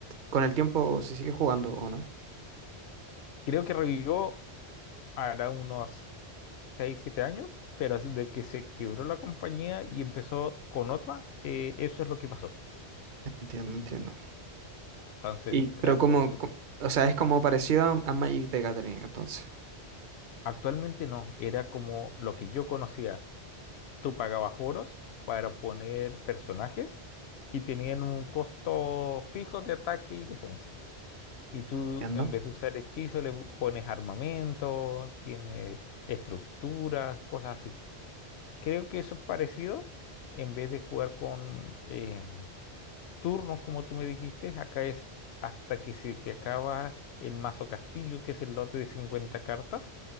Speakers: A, on the right; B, on the left.
A: con el tiempo se sigue jugando, ¿o no?
B: Creo que revivió hará unos 6 7 años, pero desde que se quebró la compañía y empezó con otra, eh, eso es lo que pasó.
A: Entiendo, entiendo.
B: Entonces
A: Y
B: trajo
A: Pero como,
B: su...
A: co- o sea, es como parecido a, a Magic the Gathering, entonces.
B: Actualmente no, era como lo que yo conocía tú pagabas oros para poner personajes y tenían un costo fijo de ataque y defensa. Y tú,
A: Entiendo.
B: en vez de usar hechizos, le pones armamento, tienes estructuras, cosas así. Creo que eso es parecido. En vez de jugar con em, turnos, como tú me dijiste, acá es hasta que se te acaba el mazo castillo, que es el lote de 50 cartas.